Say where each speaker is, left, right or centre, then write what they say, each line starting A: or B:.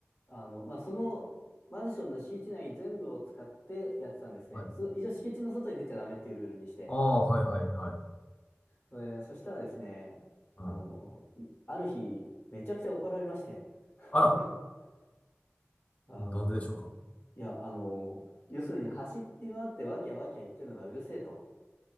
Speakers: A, on the left (about 50°); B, on the left (about 25°).
A: あの、まあ、そのマンションの敷地内全部を使ってやってたんですね。
B: う。はい。
A: そ、一応敷地の外に出ちゃダメっていうルールにして。
B: ああ、はいはいはい。
A: それ、そしたらですね、
B: うん。
A: あの、ある日、めちゃくちゃ怒られまして。<laughs>
B: あら。
A: あの、
B: なんででしょうか。
A: いや、あの、要するに走り回ってワキゃワキゃ言ってるのがうるせえと。